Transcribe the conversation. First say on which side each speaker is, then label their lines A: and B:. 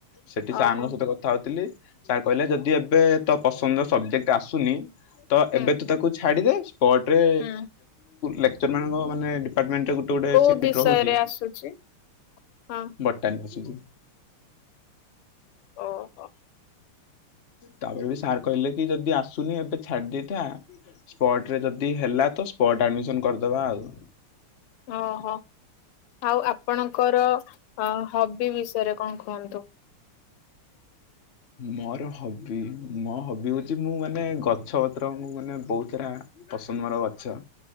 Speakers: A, on the left; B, on the left.
A: ସେଠି ସଙ୍କ
B: ଓହୋ
A: ସହିତ କଥା ଥାଉଥିଲି ସାର୍ କହିଲେ ଯଦି ଏବେ ତୋ ପସନ୍ଦ ସବଜେକ୍ଟ ଆସୁନି। ତ
B: ହୁଁ
A: ଏବେ ତୁ ତାକୁ ଛାଡିଦେ ସ୍ପଟ ରେ
B: ହୁଁ
A: ଲେକ୍ଚର ମାନଙ୍କ ମାନେ ଡିପାର୍ଟମେଣ୍ଟରେ ଗୋଟେ।
B: କୋଉ ବିଷୟରେ
A: ରହୁ
B: ଆସୁଛି? ହଁ
A: ବଟ ଅଛି।
B: ଓହୋ
A: ତାପରେ ବି ସାର୍ କହିଲେ କି ଯଦି ଆସୁନି ଏବେ ଛାଡି ଦେଇେଥାଏ। ସ୍ପଟ ରେ ଯଦି ହେଲା ତ ସ୍ପଟ ଆଡମିସନ କରିଦବା ଆଉ
B: ଓହୋ ଆଉ ଆପଣଙ୍କର ହବି ବିଷୟରେ କଣ କୁହନ୍ତୁ?
A: ମୋର ହବି ମୋ ହବି ହଉଛି ମୁଁ ମାନେ ଗଛ ପତ୍ର ମୁ ମାନେ ବହୁତ ସାରା ପସନ୍ଦ ମର ବା। ଗ